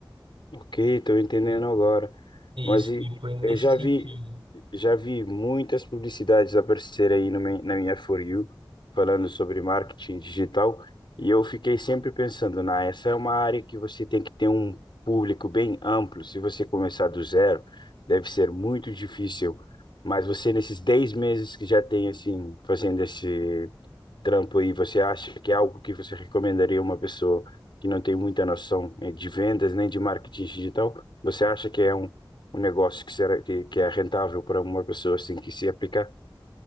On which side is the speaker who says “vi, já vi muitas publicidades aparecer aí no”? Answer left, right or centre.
Left